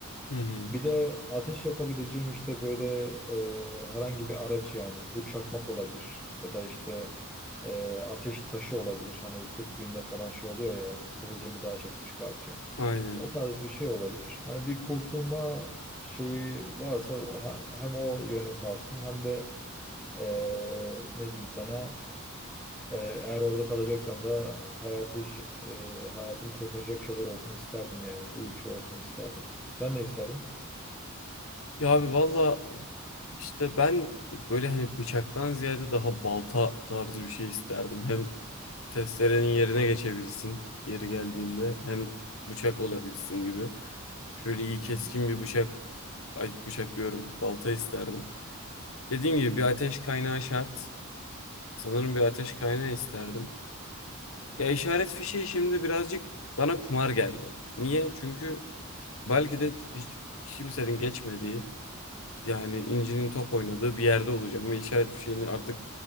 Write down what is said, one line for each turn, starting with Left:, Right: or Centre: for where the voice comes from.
Left: hı. hı.
Centre: Bir de ateş yapabileceğim işte böyle e, herhangi bir araç yani bu çakmak olabilir ya da işte e, ateş taşı olabilir. Hani sürttüğünde falan şey oluyor ya kıvılcımı daha çok çıkartıyor.
Left: Aynen.
Centre: O tarz bir şey olabilir. Hani bir kurtulma şeyi varsa o- hem o yöne kalsın hem de e, ne diyeyim sana e, eğer orada kalacaksam da hayatı iş- e, hayatımı kurtaracak şeyler olsun isterdim yani. Bu üçü olsun isterdim. Sen ne isterdin?
Left: Ya abi valla işte ben böyle hani bıçaktan ziyade daha balta tarzı bir şey isterdim. Hem testerenin yerine geçebilsin yeri geldiğinde hem bıçak olabilsin gibi. Şöyle iyi keskin
Centre: Hmm.
Left: bir bıçak, ay bıçak diyorum balta isterdim. Dediğim gibi bir ateş kaynağı şart. Sanırım bir ateş kaynağı isterdim. Ya işaret fişeği şimdi birazcık bana kumar geldi. Niye? Çünkü belki de hiç kimsenin geçmediği yani incinin top oynadığı bir yerde olacağım ve işaret fişeğini artık